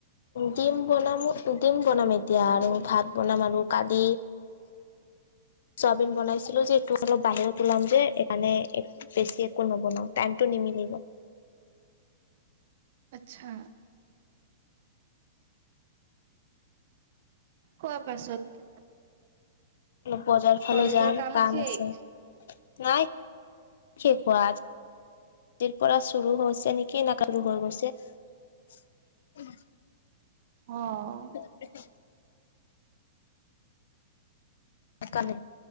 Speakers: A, on the left; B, on the right.
A: ডিম বনামো, ডিম বনাম এতিয়া আৰু ভাত বনাম আৰু কালি। চয়াবিন বনাইছিলো যে, এইটো অলপ বাহিৰত ওলাম যে সেইকাৰণে এ বেছি একো নবনাও, টাইমটো নিমিলিব।
B: আচ্ছা। কোৱাৰ পাছত
A: বজাৰ ফালে
B: কলেজৰ
A: যাম কাম
B: শেষ?
A: আছে, নাই কি কোৱা আজ জিৰ পৰা চুৰ হৈছে নেকি নাকালবোৰ হৈ গৈছে। উম।
B: অঁ।
A: <unintelligible> সেইকাৰণে